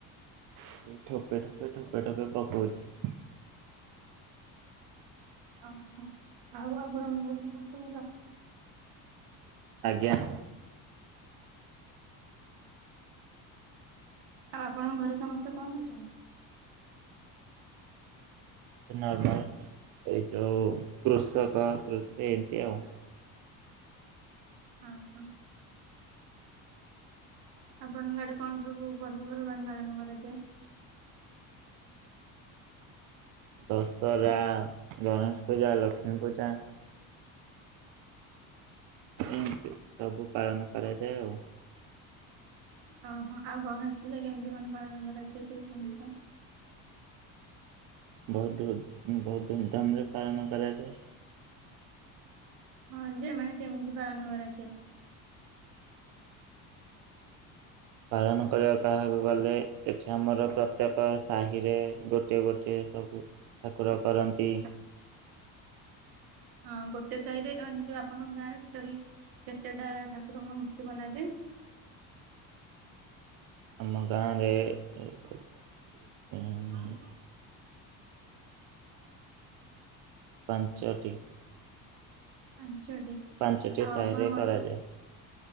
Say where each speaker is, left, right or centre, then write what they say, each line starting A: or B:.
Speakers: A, on the right; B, on the right.
A: ସେଇ ଠୋପେ ଠୋପେ ଠୋପେ ଠୋପେ ପକଉଛି।
B: ଅହୋ ଆଉ ଆପଣଙ୍କ ଘରେ ସମସ୍ତେ ଭଲ?
A: ଆଜ୍ଞା।
B: ଆଉ ଆପଣଙ୍କ ଘରେ ସମସ୍ତେ କଁ କରୁଚନ୍ତି?
A: ଏ ନର୍ମାଲ ଏଇ ଯୋଉ କୃଷକ କୃଷି ଏମିତି ଆଉ।
B: ଆ ହଁ। ଆପଣଙ୍କ ଆଡେ କଣ ସବୁ ପର୍ବପର୍ବାଣି ପାଳନ କରାଯାଏ?
A: ଦଶହରା, ଗଣେଶ ପୂଜା, ଲକ୍ଷ୍ମୀ ପୂଜା ଏମତି ସବୁ ପାଳନ କରାଯାଏ ଆଉ।
B: ଅହଁ ଆଉ ଗଣେଶ ପୂଜା କେମିତି କଣ ପାଳନ କରାଯାଏ ଟିକେ କୁହନ୍ତୁ ତ?
A: ବହୁତୁ ବହୁ ଧୁମଧାମରେ ପାଳନ କରାଯାଏ।
B: ହଁ ଯେ ମାନେ କେମିତି ପାଳନ କରାଯାଏ?
A: ପାଳନ କରିବାକୁ କହିବାକୁ ଗଲେ ଏଠି ଆମର ପ୍ରତ୍ୟେକ ସାହିରେ ଗୋଟିଏ ଗୋଟିଏ ସବୁ ଠାକୁର କରନ୍ତି।
B: ହଁ ଗୋଟେ ସାଇରେ ଏ ମାନେ ଯୋଉ ଆପଣଙ୍କ ଗାଁରେ ଟୋଟାଲୀ କେତେଟା ଠାକୁରଙ୍କ ମୂର୍ତ୍ତି ବନାଯାଏ?
A: ଆମ ଗାଁରେ କେ କେତେ ଦୁଇ, ତିନି ପାଞ୍ଚଟି।
B: ପାଞ୍ଚଟି?
A: ପାଞ୍ଚଟି
B: ଆଉ
A: ସାହିରେ
B: ଆପଣ
A: କରାଯାଏ।